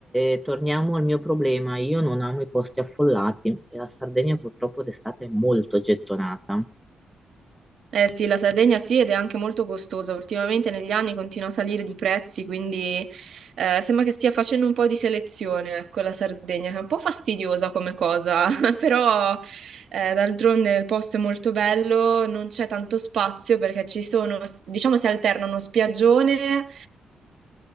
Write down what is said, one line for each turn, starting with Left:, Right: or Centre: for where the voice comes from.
Centre: eh, torniamo al mio problema. Io non amo i posti affollati e la Sardegna purtroppo d'estate è molto gettonata.
Right: Eh sì, la Sardegna sì, ed è anche molto costosa. Ultimamente negli anni continua a salire di prezzi, quindi eh, sembra che stia facendo un po' di selezione, ecco, la Sardegna, che è un po' fastidiosa come cosa, <laughs> però eh, d'altronde il posto è molto bello, non c'è tanto spazio perché ci sono, diciamo, si alternano spiaggione